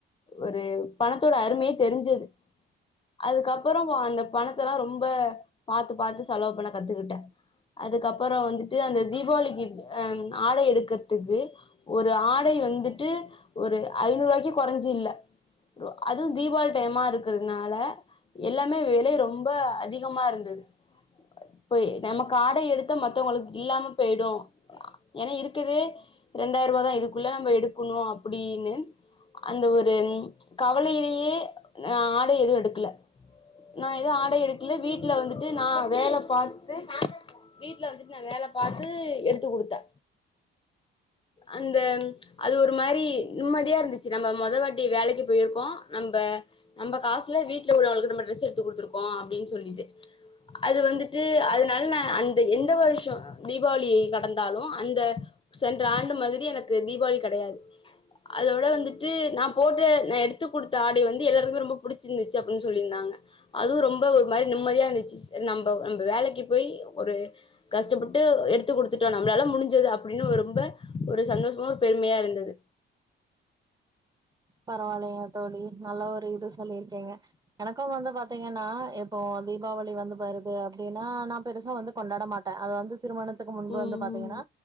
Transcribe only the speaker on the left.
ஒரு பணத்தோட அருமையே தெரிஞ்சுது அதுக்கப்றோ அந்த பணத்தல்லா ரொம்ப பாத்து பாத்து செலவு பண்ண கத்துக்கிட்டே அதுக்கப்பற வந்துட்டு அந்த தீபாவளிக்கு ஆ ஆடை எடுக்குறதுக்கு ஒரு ஆடை வந்துட்டு ஒரு ஐநூரூவாய்க்கு கொறஞ்சு இல்ல அதுவும் தீபாவளி டைமா இருக்கிறதுனால எல்லாமே வெலை ரொம்ப அதிகமா இருந்தது. போய் நமக்காடை எடுத்தா மத்தவங்களுக்கு இல்லாம போய்டும். ஏன்னா இருக்குது ரெண்டாயரூபாவா தா இதுக்குள்ள நம்ம எடுக்கணும் அப்டின்னு அந்த ஒரு கவலையிலேயே நா ஆடை எதுவு எடுக்கல நா ஏதுவு ஆடை எடுக்கல வீட்டுல வந்துட்டு நா வேல பாத்து வீட்டுல வந்துட்டு நா வேல பாத்து எடுத்து குடுத்தே அந்த அது ஒரு மாரி நிம்மதியா இருந்துச்சு நம்ம மொதவாட்டி வேலைக்கு போயிருக்கோ நம்ப நம்ப காசுல வீட்டுல உள்ளவங்களுக்கு நம்ம டிரெஸ் எடுத்து குடுத்துருக்கோ அப்டின்னு சொல்லிட்டு அது வந்துட்டு அதனால நா அந்த எந்த வருஷோ தீபாவளி கடந்தாலும் அந்த சென்ற ஆண்டு மாதிரி எனக்கு தீபாவளி கெடையாது அதோட வந்துட்டு நா போட்ற நா எடுத்துக் குடுத்த ஆடை வந்து எல்லாருக்குமே ரொம்ப பிடிச்சிருந்துச்சு அப்டின்னு சொல்லிருந்தாங்க அதுவும் ரொம்ப ஒரு மாரி நிம்மதியா இருந்துச்சு சரி நம்ப நம்ப வேலைக்கு போய் ஒரு கஷ்டப்பட்டு எடுத்து குடுத்துட்டோ நம்மளால முடிஞ்சது அப்டின்னு ரொம்ப ஒரு சந்தோஷமா பெருமையா இருந்தது
ம்